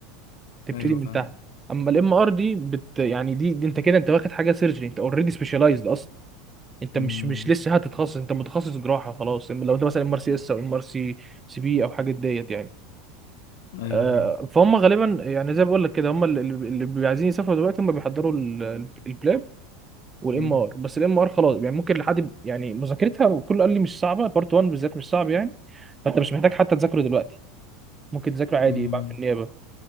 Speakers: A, on the right; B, on the left.
A: تبتدي
B: ايوه
A: من
B: فاهم
A: تحت اما الام ار دي بت يعني دي, دي انت كده انت واخد حاجه سيرجري انت اوريدي سبيشالايزد اصلا انت
B: امم
A: مش مش لسه هتتخصص انت متخصص جراحه خلاص لو انت مثلا ام ار سي اس او ام ار سي سي بي او حاجه ديت يعني
B: ايوه
A: آه،
B: فاهم
A: فهم غالبا يعني زي ما بقول لك كده هم اللي اللي بيبقوا عايزين يسافروا دلوقتي هم بيحضروا ال- ال- البلاب والام
B: امم
A: ار بس الام ار خلاص يعني ممكن لحد يعني مذاكرتها وكله قال لي مش صعبه بارت 1 بالذات مش صعب يعني فانت مش محتاج حتى تذاكره دلوقتي ممكن تذاكره عادي
B: امم
A: بقى في النيابه